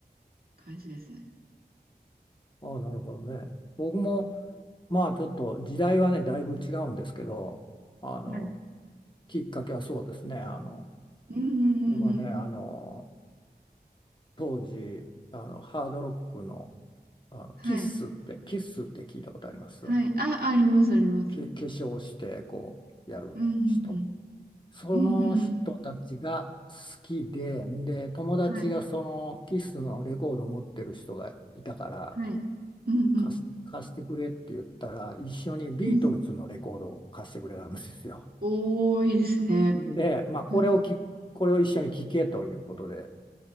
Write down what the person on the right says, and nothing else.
感じですね。
はい。
うんうんうんうん。
はい。
はい。あ、あります、あります。
うんうんうん。
うんうんうん。
はい。はい。うんうん。
うん。多いいですね。
うん。